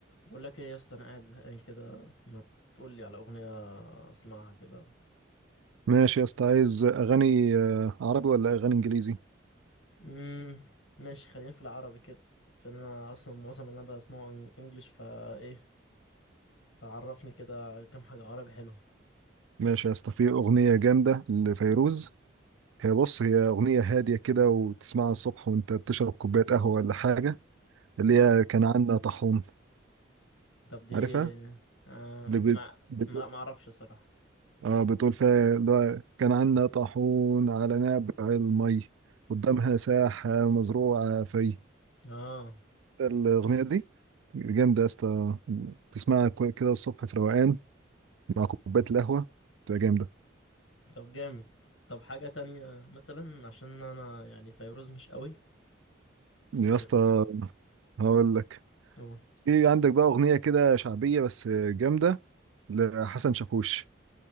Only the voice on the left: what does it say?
بقول لك ايه يا اسطى انا قاعد زهقان كده ما تقول لي على اغنيه اسمعها كده
امم ماشي خلينا في العربي كده عشان انا اصلا معظم اللي انا بسمعه إن- انجليش فا ايه فعرفني كده كام حاجه عربي حلوه
اه
طب دي
آه
ما
ما لا ما اعرفش صراحه
اه
طب جامد طب حاجه تانية مثلا عشان انا أنا يعني فيروز مش قوي
يعني
مهم
قول